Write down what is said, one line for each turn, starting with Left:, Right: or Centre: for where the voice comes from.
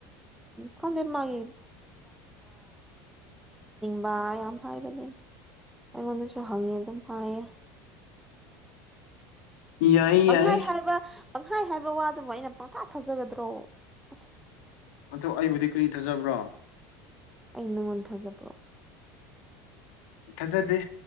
Centre: ꯈꯪꯗꯩ ꯃꯥꯒꯤ ꯂ ꯌꯥꯝ ꯍꯥꯏꯕꯅꯦ ꯑꯩꯉꯣꯟꯗꯁꯨ ꯍꯪꯉꯦ ꯑꯗꯨꯝ ꯍꯥꯏꯌꯦ
Left: ꯌꯥꯏꯌꯦ
Centre: ꯄꯪꯈꯥꯏ
Left: ꯌꯥꯏꯌꯦ
Centre: ꯍꯥꯏꯕ ꯄꯪꯈꯥꯏ ꯍꯥꯏꯕ ꯋꯥꯗꯨꯕꯨ ꯑꯩꯅ ꯄꯪꯀꯥ ꯐꯥꯖꯒꯗ꯭ꯔꯣ ꯑꯁ
Left: ꯑꯗ ꯑꯩꯕꯨꯗꯤ ꯀꯔꯤ ꯊꯥꯖꯕ꯭ꯔꯣ
Centre: ꯑꯩ ꯅꯪꯉꯣꯟ ꯊꯥꯖꯠꯕꯣ
Left: ꯊꯥꯖꯗꯦ